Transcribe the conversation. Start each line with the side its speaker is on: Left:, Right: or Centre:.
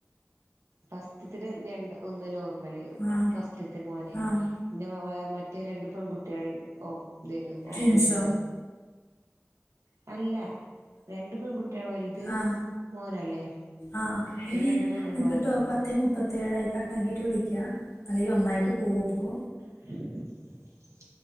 Right: ഫസ്റ്റ്ത്തെ ര രണ്ട് ഒന്ന് നോർമല്,
Left: ആ
Right: ഫസ്റ്റ്ത്തേ മോന്
Left: ആ
Right: പിന്നെ <unintelligible> മറ്റേ രണ്ട് പെൺകുട്ട്യാളിം ഓപ് <unintelligible>
Left: ട്വിൻസോ
Right: ഓപ്പ്റേഷന് അല്ല. രണ്ട് പെൺകുട്ട്യാ വൽത്
Left: ആ
Right: മോനല്ലേ?
Left: ആ
Right: പിന്നെ
Left: എടി
Right: രണ്ട് പെണ്ണ്ങ്ങളല്ലേ
Left: നിക്ക് ട്ടോ പത്തേ മുപ്പത്തേഴായി, കട്ടാക്കിയിട്ട് വിളിയ്ക്കാ അല്ലെങ്കി ഒന്നായിട്ട് പോവുപ്പോ
Right: <inaudible>